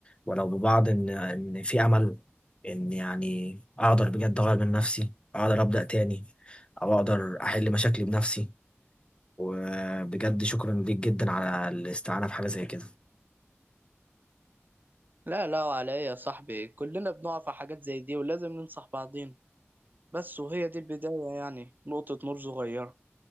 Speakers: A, on the left; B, on the right.
A: ولو ببعض ان ان في امل ان يعني اقدر بجد اغير من نفسي اقدر ابدا تاني او اقدر احل مشاكلي بنفسي وبجد شكرا ليك جدا على الاستعانه في حاجه زي كده
B: لا لا وعلى ايه يا صاحبي كلنا بنقع في حاجات زي دي ولازم ننصح بعضين بس وهي دي البداية يعني نقطة نور صغيرة